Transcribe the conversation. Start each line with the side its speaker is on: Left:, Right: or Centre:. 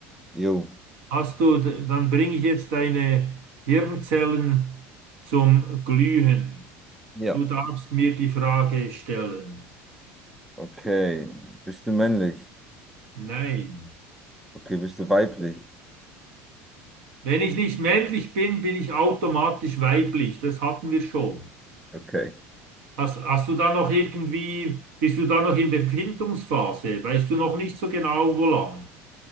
Centre: Jo.
Right: Hast du, d- dann bringe ich jetzt deine Hirnzellen zum Glühen.
Centre: Ja.
Right: Du darfst mir die Frage stellen.
Centre: Okay. Bist du männlich?
Right: Nein.
Centre: Okay, bist du weiblich?
Right: Wenn ich nicht männlich bin, bin ich automatisch weiblich. Das hatten wir schon.
Centre: Okay.
Right: Hast, hast du da noch irgendwie, bist du da noch in der Findungsphase? Weißt du noch nicht so genau, wo lang?